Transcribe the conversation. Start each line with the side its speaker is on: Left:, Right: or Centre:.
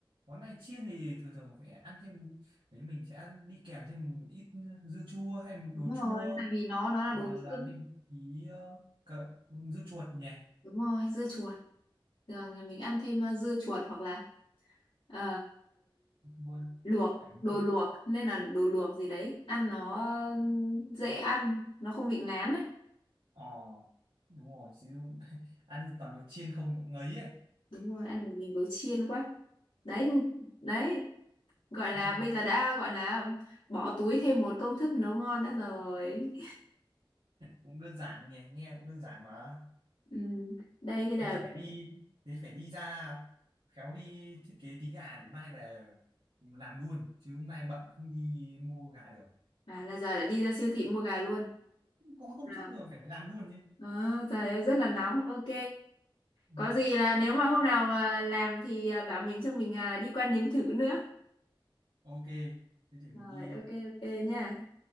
Right: món này chiên thì thường thường phải ăn thêm đấy mình sẽ ăn đi kèm thêm một ít dưa chua hay một
Left: đúng
Right: đồ chua
Left: rồi tại vì nó nó là
Right: và
Left: đồ
Right: làm
Left: chiên
Right: thêm tí ờ, cà- dưa chuột nhỉ
Left: đúng rồi dưa chuột thường nhà mình ăn thêm uh, dưa chuột hoặc là ờ,
Right: chua
Left: luộc
Right: cái muối
Left: đồ luộc nên là đồ luộc gì đấy ăn nó dễ ăn nó không bị ngán ấy
Right: Ờ đúng rồi chứ không- <laughs> ăn toàn đồ chiên không cũng ngấy ấy
Left: đúng rồi ăn được nhiều đồ chiên quá đấy đấy gọi là
Right: nhưng mà cũng
Left: bây giờ đã gọi là bỏ túi thêm một công thức nấu ngon nữa rồi
Right: cũng đơn giản nhỉ nghe cũng đơn giản mà
Left: ừ. đây thì là
Right: thế thì phải đi thế phải đi ra khéo đi thiết kế tí gà để mai về làm luôn chứ mai bận không đi mua gà được
Left: à, là giờ đã đi ra siêu thị mua gà luôn
Right: có công thức
Left: à.
Right: rồi phải làm luôn chứ
Left: Ờ, trời ơi rất là nóng ok
Right: ừ.
Left: có gì là nếu mà hôm nào à, làm thì à, bảo mình cho mình à, đi qua nếm thử nữa
Right: ok thế để
Left: rồi
Right: mình đi
Left: ok ok nha